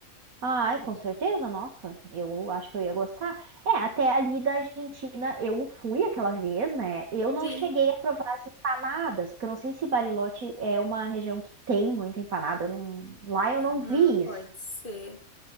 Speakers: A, on the right; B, on the left.
A: Ai, com certeza, nossa, eu acho que eu ia gostar. É, até ali da Argentina eu fui aquela vez, né? Eu não
B: Sim.
A: cheguei a provar as empanadas, porque eu não sei se Bariloche é uma região que tem muita empanada. eu não- Lá eu
B: Ah,
A: não vi
B: pode
A: isso,
B: ser.